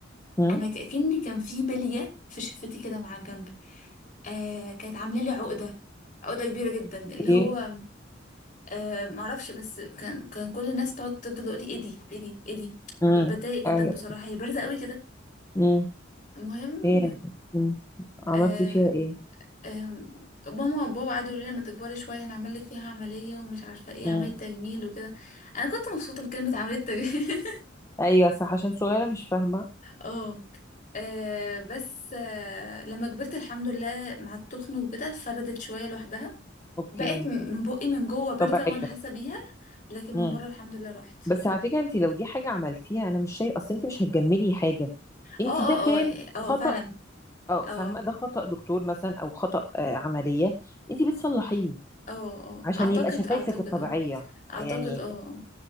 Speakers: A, on the left; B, on the left.
A: مم.
B: انا كأني كان في بلية في شفتي كده مع الجنب آه كانت عاملة لي عقدة عقدة كبيرة جدا اللي
A: ايه
B: هو آه معرفش بس كان كان كل الناس تقعد تفضل تقول لي ايه دي ايه دي ايه دي
A: مم.
B: كنت بتضايق جدا
A: أيوة.
B: بصراحه هي بارزه قوي كده
A: مم.
B: المهم
A: فين مم. عملتي
B: آه
A: فيها ايه
B: آه ماما وبابا قعدوا يقولوا لي لما تكبري شويه هنعمل لك فيها عمليه ومش عارفه ايه
A: مم.
B: عمليه تجميل وكده انا كنت مبسوطه بكلمه عمليه تجميل <laughs>
A: ايوه صح عشان صغيره مش فاهمه
B: اه آه، بس آه لما كبرت الحمد لله مع التخن وكده فردت شويه لوحدها
A: اوكي
B: بقت م- من بقي من جوه بارزه
A: طبيعيه
B: وانا حاسه بيها لكن
A: مم.
B: من بره الحمد لله راحت
A: بس على فكره انت لو دي حاجه عملتيها انا مش شايف اصل انت مش هتجملي حاجه انت
B: اه اه
A: ده كان
B: اه اه
A: خطأ
B: فعلا
A: اه فاهمه
B: اه
A: ده خطأ دكتور مثلا او خطأ آه عمليه انت بتصلحيه
B: اه اه
A: عشان
B: اعتقد
A: يبقى شفايفك
B: اعتقد
A: الطبيعيه
B: اه اعتقد
A: يعني
B: اه اه